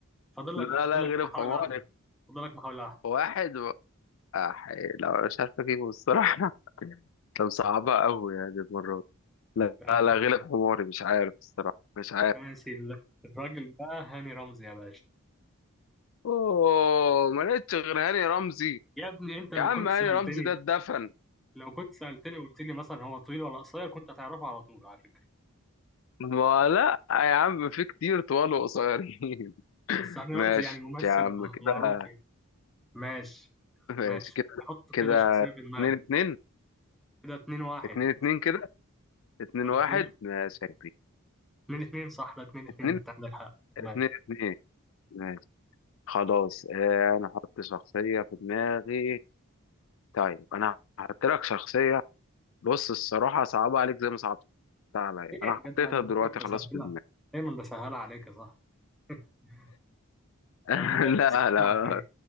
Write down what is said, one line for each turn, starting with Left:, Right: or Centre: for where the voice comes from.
Centre: فاضل
Left: لا
Centre: لك فاضل
Left: لا
Centre: لك
Left: غلب
Centre: محاولة
Left: حماري
Centre: واحدة فاضل لك محاولة واحدة
Left: واحد آه، حقيقي. لا مش عارف اجيبه الصراحة <laughs> طب صعبها قوي يعني المرة دي لا
Centre: لا
Left: لا
Centre: لا
Left: لا، غلب حماري مش عارف الصراحة مش عارف
Centre: ماشي ال- الراجل ده هاني رمزي يا باشا
Left: اوه ما لقيتش غير هاني رمزي
Centre: يا ابني انت لو
Left: يا عم
Centre: كنت
Left: هاني
Centre: سألتني
Left: رمزي ده اتدفن
Centre: لو كنت سألتني وقلت لي مثلا هو طويل ولا قصير كنت هتعرفه على طول على فكرة
Left: ما لا يا عم في كتير طوال وقصيرين <laughs>
Centre: بس هاني
Left: ماشي
Centre: رمزي يعني ممثل
Left: يا عم كده
Centre: معروف يعني ماشي
Left: ماشي
Centre: ماشي
Left: كده
Centre: حط
Left: كده
Centre: كده شخصية في دماغك
Left: اتنين اتنين
Centre: كده اتنين واحد
Left: اتنين اتنين كده اتنين
Centre: ولا
Left: واحد
Centre: 2-2
Left: ماشي يا كبير
Centre: اتنين اتنين صح لا اتنين اتنين
Left: اتنين
Centre: انت عندك حق تمام
Left: اتنين اتنين ماشي خلاص آه، انا احط شخصية في دماغي طيب انا هحط لك شخصيه بص الصراحه صعبه عليك زي ما صعبت عليا
Centre: ايه
Left: انا
Centre: يا جدع
Left: حطيتها
Centre: انا
Left: دلوقتي
Centre: دايما بسهلها
Left: خلاص في دماغي
Centre: دايما بسهلها عليك يا صاحبي <laughs>
Left: <laughs>
Centre: يا عم دايما
Left: لا
Centre: بسهلها
Left: لا
Centre: عليك